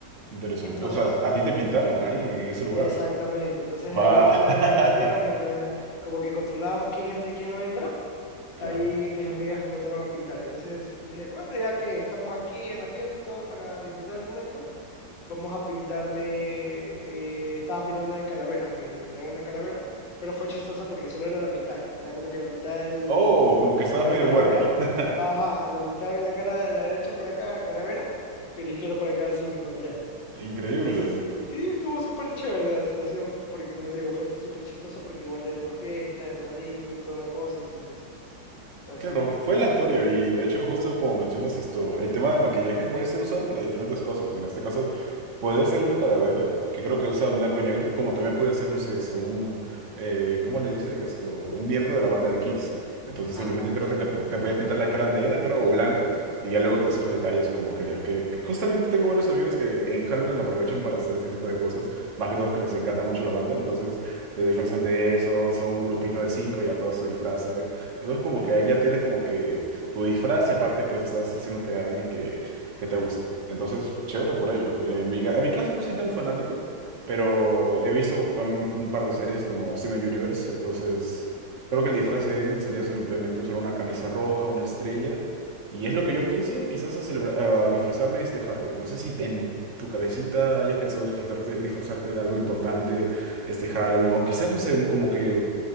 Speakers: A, on the right; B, on the left.
A: Interesante.
B: Entonces,
A: O sea, a ti te pintaron ahí en ese lugar.
B: exactamente, entonces
A: Wow.
B: ahí fuera
A: <laughs>
B: de la discoteca, mientras eh, como que controlábamos quién entra y quién no entra,
A: Claro.
B: Ahí mis amigas comenzaron a pintar. Entonces dije, bueno, ya que estamos aquí en la fiesta y todo para disfrutar el momento, vamos a pintarme. eh, estaban pintando una de calaveras a mí, me pintaron una calavera, pero fue chistoso porque solo era la mitad. Era como que la mitad de
A: Oh, como que
B: la
A: estabas
B: cara
A: medio
B: de calavera.
A: muerto. <laughs>
B: Ajá, la mitad de la cara de la derecha para acá, calavera, y la izquierda para acá sin maquillaje.
A: Increíble.
B: Entonces, sí, estuvo súper chévere la situación, porque como te digo, fue súper chistoso porque igual era una fiesta, era una disco y toda la cosa, entonces, así.
A: Claro, fue aleatorio y de hecho justo como mencionas esto, el tema del maquillaje puede ser usado para diferentes cosas. En este caso, puede ser una calavera, que creo que usa blanco y negro, como también puede ser, no sé, esto, un, eh, ¿cómo le dicen esto? Un miembro de la banda de Kiss. Entonces
B: Ajá,
A: simplemente creo
B: exacto.
A: que te, pu- te puedes pintar la cara negra, creo, o blanca, y ya luego te haces los detalles como querías. Que que justamente tengo varios amigos que en Halloween aprovechan para hacer ese tipo de cosas, más que todos que les encanta mucho la banda, entonces se disfrazan de eso, son un grupito de cinco, ya todos se disfrazan. Entonces como
B: <laughs>
A: que ahí ya tienes como que tu disfraz y aparte pues estás haciéndote a alguien que, que te gusta. Entonces, chévere por ellos. En mi, ca- en mi caso no soy tan fanático, pero he visto también un par de series como Steven Universe, entonces creo que el disfraz de él sería simplemente usar una camisa roja, una estrella, y es lo que yo pienso quizás a, celebra- a disfrazarme este Halloween. No sé si en tu cabecita hayas pensado disfrazarte, disfrazarte de algo importante este Halloween, o quizás, no sé, un como que